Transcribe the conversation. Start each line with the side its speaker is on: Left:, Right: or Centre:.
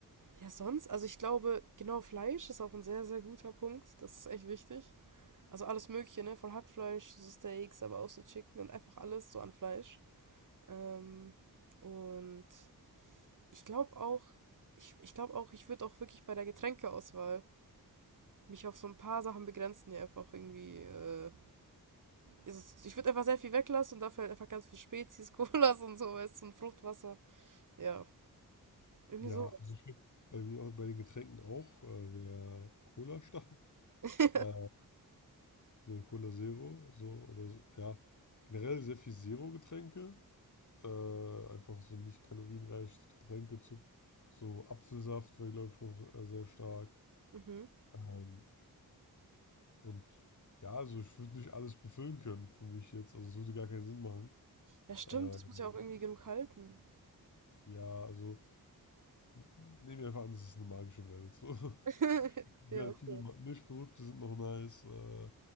Right: ja, sonst, also ich glaube, genau Fleisch ist auch ein sehr, sehr guter Punkt. Das ist echt wichtig. Also alles Mögliche, ne? Von Hackfleisch, so Steaks, aber auch so Chicken und einfach alles so an Fleisch. Ähm, und ich glaube auch, ich, ich glaube auch, ich würde auch wirklich bei der Getränkeauswahl mich auf so ein paar Sachen begrenzen, die einfach irgendwie. Äh, ist, ich würde einfach sehr viel weglassen und dafür halt einfach ganz viel Spezies, <laughs> Colas und sowas und Fruchtwasser. Ja, irgendwie
Left: Ja,
Right: sowas.
Left: also ich glaube, bei mir auch, bei den Getränken auch äh, wäre Cola stark.
Right: <laughs>
Left: Äh, ne, Cola Zero, so oder so. Ja, generell sehr viel Zero-Getränke. Äh, einfach so nicht kalorienreiches Getränke. Zu, so Apfelsaft wäre, glaube ich, noch äh, sehr stark.
Right: mhm.
Left: Ähm, und ja, also ich würde nicht alles befüllen können für mich jetzt. Also es würde gar keinen Sinn machen.
Right: Ja, stimmt,
Left: Ähm,
Right: das muss ja auch irgendwie genug halten.
Left: ja, also nehmen wir einfach an, es ist eine magische Welt. So,
Right: <laughs>
Left: <laughs>
Right: ja,
Left: ja,
Right: okay.
Left: viele Ma- Mischprodukte sind noch nice. Äh,